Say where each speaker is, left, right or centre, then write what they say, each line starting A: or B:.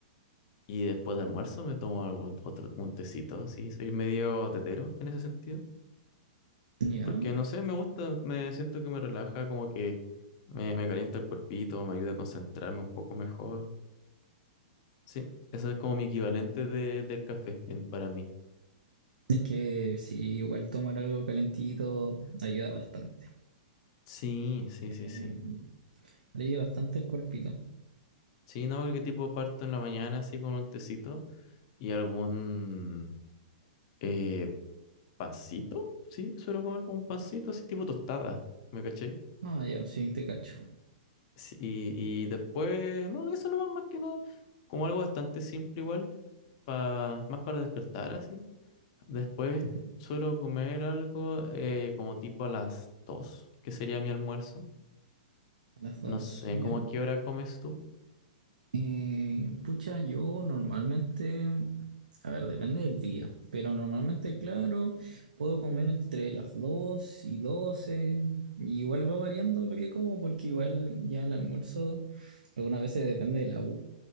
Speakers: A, on the left; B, on the right.
A: y después de almuerzo me tomo algún otro, un tecito, sí, soy medio tetero en ese sentido,
B: Ya.
A: porque no sé, me gusta, me siento que me relaja, como que me, me calienta el cuerpito, me ayuda a concentrarme un poco mejor, sí, eso es como mi equivalente de- del café en- para mí.
B: Es que sí, igual tomar algo calentito ayuda bastante.
A: Sí, sí, sí,
B: Eh,
A: sí.
B: alivia bastante el cuerpito.
A: Sí, no, porque tipo parto en la mañana así con un tecito y algún eh, pancito, sí, suelo comer como un pancito así tipo tostada, ¿me caché?
B: Ah, ya, sí, te cacho.
A: Sí, y, y después, no, eso nomás más que nada, como algo bastante simple igual, pa- más para despertar así. Después
B: Ujú.
A: suelo comer algo eh, como tipo a las dos que sería mi almuerzo.
B: A las dos,
A: No sé,
B: ya.
A: ¿cómo a qué hora comes tú?
B: Eh, pucha, yo normalmente, a ver, depende del día, pero normalmente, claro, puedo comer entre las 2 y 12, y igual va variando lo que como, porque igual ya el almuerzo algunas veces depende de la U.